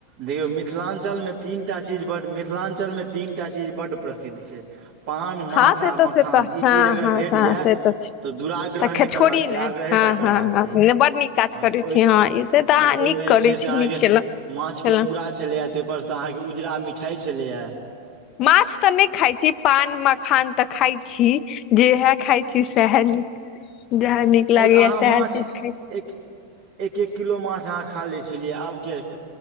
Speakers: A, on the right; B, on the left.
A: देखियौ मिथिलाञ्चल मे तीन टा चीज ब मिथिलाञ्चल मे तीनटा चीज बड प्रसिद्ध छै पान माछ
B: हँ से
A: आ
B: तऽ
A: मखान
B: से तऽ
A: ई
B: हँ
A: चीज अगर
B: हँ
A: भेट जाय
B: हँ से छै
A: तऽ दुराग्रह
B: तऽ
A: नहि
B: छोड़ी
A: करबाक चाही
B: ने
A: आग्रह
B: हँ
A: तें करबाक
B: हँ हँ
A: चाहि
B: नहि बड नीक काज
A: हाँ
B: करै
A: ओहिऽ
B: छी हँ ई से तऽ अहाँ
A: ओहिमे
B: नीक
A: जे
B: करै
A: छै से
B: छी
A: अहाँके
B: नीक केलहुँ
A: माछ
B: खेलहुँ
A: के मूड़ा छेलैये ताहिपर सँ अहाँ के उजरा मिठाई छेलैये
B: माछ तऽ नहि खाइ छी पान मखान तऽ खाय छी जेहे खाइ छी सेहे नीक लागैया
A: आंय तऽ अहाँ
B: सएह
A: माछ
B: चीज खाइ छी
A: एक एक एक किलो माछ अहाँ खा लै छलियै आब किये